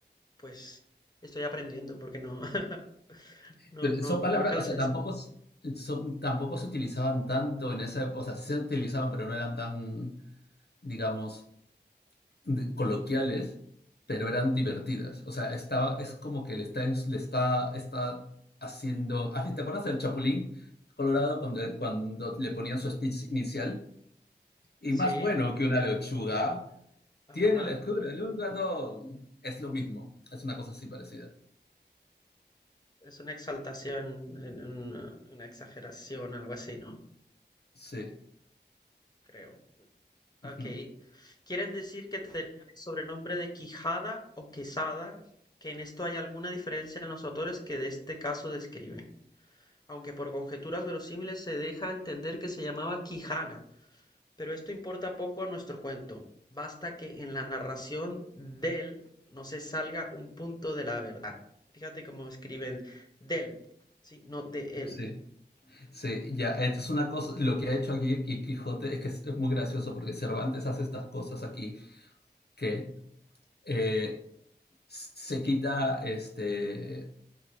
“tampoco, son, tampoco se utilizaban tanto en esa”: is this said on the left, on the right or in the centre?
Left